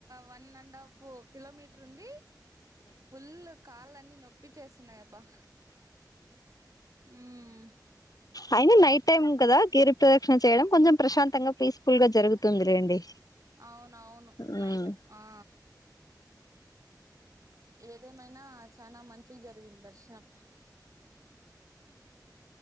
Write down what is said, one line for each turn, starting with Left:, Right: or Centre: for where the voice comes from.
Right: one and half kilometre ఉంది ఫుల్ కాలన్ని నొప్పి చేస్తున్నాయి అబ్బా హ్మ్
Left: అయినా నైట్ టైమ్ కదా గిరి ప్రదక్షిణ చేయడం కొంచెం ప్రశాంతంగా పీస్ఫుల్ గా జరుగుతుంది లేండి
Right: అవునవును
Left: ఉమ్
Right: నైట్ ఆ ఏదేమైనా చానా మంచి జరిగింది దర్శం